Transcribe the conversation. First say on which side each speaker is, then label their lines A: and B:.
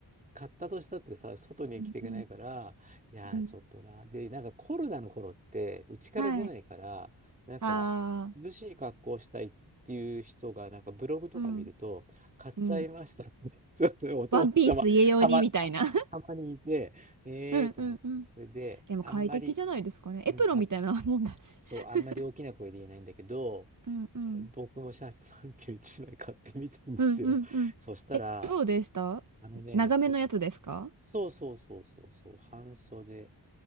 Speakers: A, on the right; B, on the right.
A: 買ったとしたってさ、外に着ていけないから、
B: うんうん
A: いやー、
B: うん
A: ちょっとな。で、なんかコロナの頃って、うちから出ないから、
B: はい。
A: なんか、
B: ああ、
A: 涼しい格好をしたいっていう人が、なんかブログとか見ると、
B: うん
A: 買っちゃいましたって、
B: うん。
A: <laughs> そうそう、男たま、
B: ワンピース家用にみたいな。
A: たま、た、
B: <laughs>
A: たまにいて、えーと思って、
B: うんうんうん。
A: それで、
B: でも快適じゃないですかね。
A: あんまり、
B: エプロンみたいなもんだし。
A: うん、あ、そう、あんまり大きな声で言えないんだけど、
B: <laughs> うんうん
A: 僕もシャツ31枚買ってみたんですよ。
B: うんうんうん。
A: そしたら、
B: え、どうでした長めのやつですか
A: あのね、す、そうそうそうそうそう、半袖